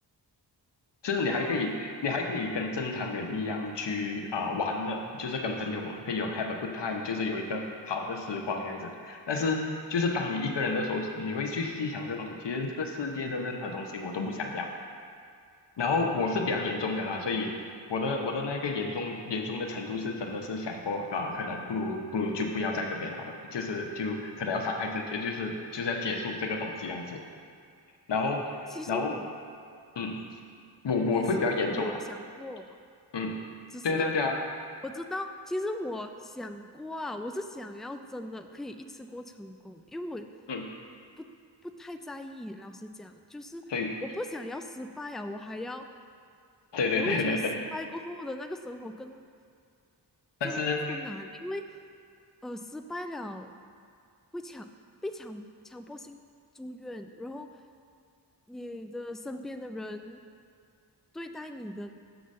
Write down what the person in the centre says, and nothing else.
哦，
其实我
也是有想过。
只是
我知道，其实我想过啊，我是想要真的可以一次过成功，因为我
不不太在意。老实讲，就是我不想要失败啊，
我还要，
我会觉得失败过后的那个生活更
更困难，因为呃失败了会强被强强迫性住院，然后你的身边的人对待你的